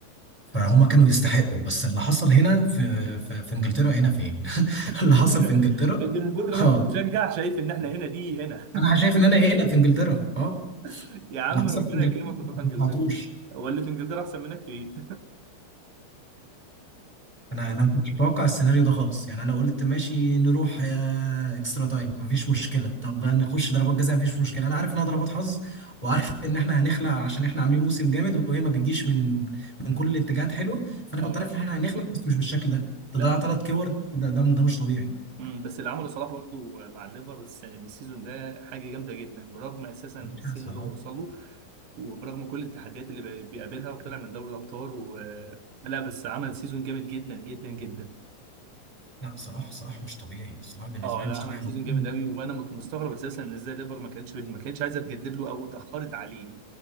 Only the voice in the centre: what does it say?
فهم كانوا يستحقوا بس اللي حصل هنا في في, في انجلترا هنا فين <laughs> اللي
حصل في انجلترا
اه
انا شايف ان انا هنا في انجلترا اه
اللي حصل
في انجلترا
ما توقعتوش
انا انا ما كنتش متوقع السيناريو ده خالص يعني انا قلت ماشي نروح آه، اكسترا تايم مفيش مشكله طب نخش ضربات جزاء مفيش مشكله انا عارف انها ضربات حظ وعارف ان احنا هنخلع عشان احنا عاملين موسم جامد وهي ما بتجيش من من كل الاتجاهات حلوه
فانا كنت
عارف ان احنا هنخلع بس مش بالشكل ده تضيع
ثلاث كور ده ده, ده مش طبيعي
يا باشا صلاح
لا صلاح صلاح مش طبيعي صلاح بالنسبه
لي
مش طبيعي
انا
<laughs>